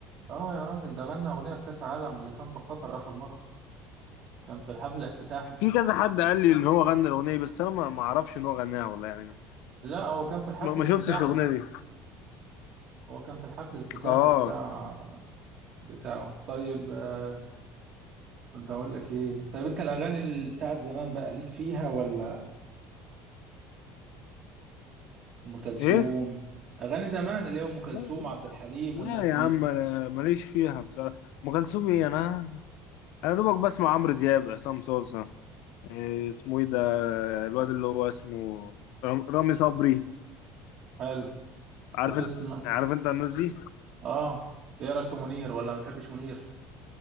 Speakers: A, on the right; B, on the left.
A: آه يا راجل ده غنى أغنية في كأس العالم اللي كان في قطر آخر مرة كان في الحفل الافتتاحي
B: في كذا حد قال لي ان هو غنى الاغنيه بس انا ما ما اعرفش ان هو غناها والله يعني
A: لا هو كان في الحفل
B: ما, ما
A: الافتتاحي
B: شفتش الاغنيه دي
A: هو كان في الحفل الافتتاحي
B: اه
A: بتاع بتاعه طيب آه، كنت اقول لك ايه طيب انت الاغاني ال- بتاعت زمان بقى ليك فيها ولا ام كلثوم
B: ايه
A: اغاني زمان اللي هي ام كلثوم
B: لا لا
A: عبد الحليم
B: لا
A: والناس
B: يا
A: دي
B: عم انا ماليش فيها بصراحه ام كلثوم ايه انا انا دوبك بسمع عمرو دياب عصام صوصه إيه اسمه ايه ده الواد اللي هو اسمه رام- رامي صبري
A: حلو
B: عارف
A: بتسمع
B: انت عارف انت الناس دي
A: اه ايه رايك في منير ولا ما تحبش منير